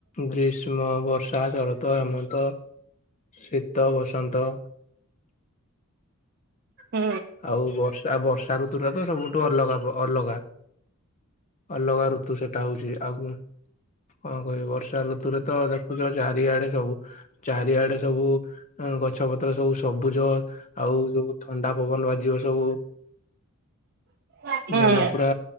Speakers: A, on the left (about 35°); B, on the right (about 45°).
A: ଗ୍ରୀଷ୍ମ, ବର୍ଷା, ଶରତ, ହେମନ୍ତ, ଶୀତ, ବସନ୍ତ।
B: ହୁଁ।
A: ଆଉ ବର୍ଷା ବର୍ଷା ଋତୁୁର ତ ସବୁଠୁ ଅଲଗା, ଅଲଗା। ଅଲଗା ଋତୁ ସେଟା ହଉଚି, ଆଉ କଣ କହିବି ବର୍ଷା ଋତୁରେ ତ ପୁରା ଚାରିଆଡେ ସବୁ ଚାରିଆଡେ ସବୁ ଗଛ ପତ୍ର ସବୁ ସବୁଜ ଆଉ ଯୋଉ ଥ ପବନ ବାଜିବ ସବୁ।
B: ହୁଁ
A: ମନ
B: ହୁଁ।
A: ପୁରା